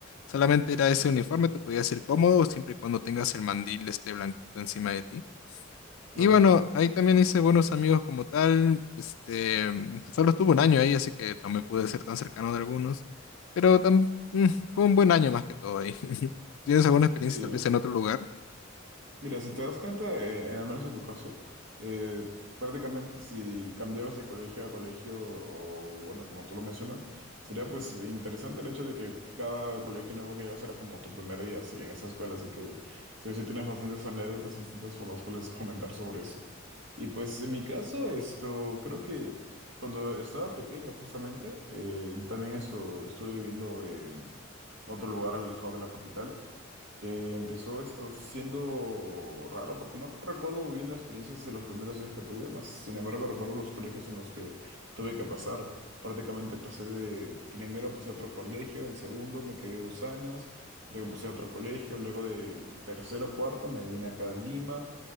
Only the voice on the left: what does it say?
Solamente era ese uniforme, tú podías ir cómodo siempre y cuando tengas el mandil este blanquito encima de ti.
Y bueno, ahí también hice buenos amigos como tal. Este, mm, solo estuve un año ahí, así que no me pude ser tan cercano de algunos. Pero tam- mm, fue un buen año más que todo ahí. <laughs> ¿Tienes alguna experiencia
tal vez en otro lugar?